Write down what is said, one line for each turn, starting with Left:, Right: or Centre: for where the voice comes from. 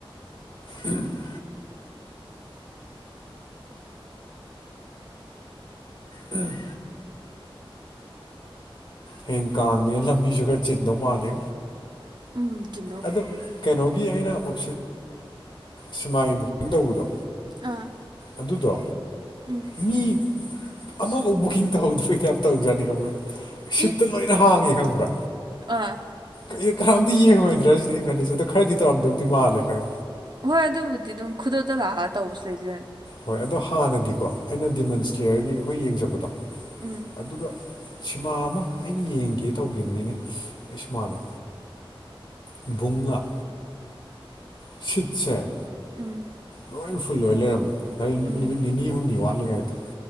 Left: ꯎꯝ <unintelligible> ꯎꯝ ꯍꯌꯦꯡ ꯀꯥꯡꯉꯅꯤꯅ ꯂꯝꯕꯤꯁꯨ ꯈꯔ ꯆꯤꯟꯗꯧ ꯃꯥꯜꯂꯦ
Right: ꯎꯝ ꯆ
Left: ꯑꯗꫭ ꯀꯩꯅꯣꯒꯤ ꯑꯩꯅ ꯑꯣ ꯁꯤꯃꯥꯒꯤ ꯕꯨꯛꯀꯤꯡ ꯇꯧꯕꯗꯣ
Right: ꯑꯥ
Left: ꯑꯗꯨꯗꯣ
Right: ꯎꯝ
Left: ꯃꯤ ꯑꯃꯐꯥꯎ ꯕꯨꯛꯀꯤꯡ ꯇꯧꯍꯧꯗꯕꯩ ꯇꯥꯋꯞ ꯇꯧꯖꯥꯅꯤ ꯈꯪꯚꯔꯥ ꯁꯤꯠꯇꯨ
Right: ꯑꯦ
Left: ꯂꯣꯏꯅ ꯍꯥꯡꯉꯤ ꯈꯪꯕ꯭ꯔꯥ
Right: ꯑꯥ
Left: ꯀꯩꯅꫭ ꯀꯅꯥꯝꯇ ꯌꯦꯡꯉꯃꯣꯏꯗ꯭ꯔꯥ ꯁꯤꯗꯤ ꯑꯩꯅ ꯈꯜꯂꯤꯁꯦ ꯑꯗꯣ ꯈꯔꯗꯤ ꯇꯧꯔꯝꯗꯧꯗꯤ ꯃꯥꯜꯂꯦ ꯈꯔ
Right: ꯍꯣꯏ ꯑꯗꯨꯕꯨꯗꯤ ꯑꯗꯨꯝ ꯈꯨꯗꯣꯛꯇ ꯂꯥꯛꯑꯒ ꯇꯧꯕꯁꯨ ꯂꯩꯗꯣꯏꯅꯤ <unintelligible>
Left: ꯍꯣꯏ ꯑꯗꯣ ꯍꯥꯟꯅꯗꯤꯀꯣ ꯑꯩꯅ ꯗꯤꯃꯟꯁ꯭ꯂꯦꯌꯔꯒꯤ ꯑꯩꯈꯣꯏ ꯌꯦꯡꯆꯠꯄꯗꯣ
Right: ꯎꯝ
Left: ꯑꯗꯨꯒ ꯁꯤꯃꯥ ꯑꯃ ꯑꯩꯅ ꯌꯦꯡꯒꯦ ꯇꯧꯈꯤꯕꯅꯤꯅꯦ ꯀꯩ ꯁꯤꯃꯥꯅꯣ ꯕꯨꯡꯂ ꯁꯤꯠꯁꯦ
Right: ꯎꯝ
Left: ꯂꯣꯏ ꯐꯨꯜ ꯑꯣꯏ ꯂꯩꯔꯝꯕ ꯍꯥꯏꯗꯤ
Right: ꯎꯝ
Left: ꯅꯨꯃꯤꯠ ꯅꯤꯅꯤ ꯍꯨꯝꯅꯤ ꯋꯥꯠꯂꯤꯉꯩꯗ